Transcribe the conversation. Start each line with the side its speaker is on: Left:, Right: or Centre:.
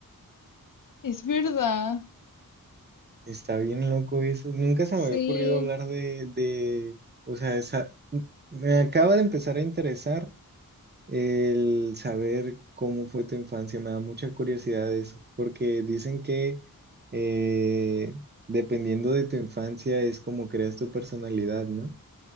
Left: Es verdad,
Right: Está bien loco eso. Nunca se me
Left: sí,
Right: había ocurrido hablar de, de, o sea, esa, me acaba de empezar a interesar El saber cómo fue tu infancia me da mucha curiosidad de eso, porque dicen que eh, dependiendo de tu infancia es como creas tu personalidad, ¿no?